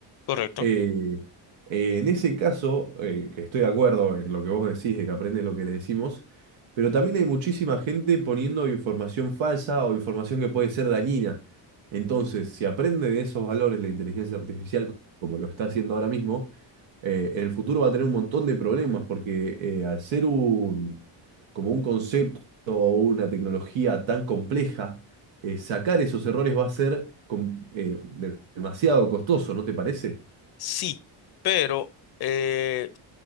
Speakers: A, on the left; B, on the right.
A: Correcto.
B: Eh, eh, en ese caso, eh, que estoy de acuerdo en lo que vos decís, de que aprende lo que le decimos, pero también hay muchísima gente poniendo información falsa o información que puede ser dañina. Entonces, si aprende de esos valores la inteligencia artificial, como lo está haciendo ahora mismo, eh, en el futuro va a tener un montón de problemas, porque eh, al ser un, como un concepto o una tecnología tan compleja, eh, sacar esos errores va a ser com- eh, de- demasiado costoso, ¿no te parece?
A: Sí, pero eh,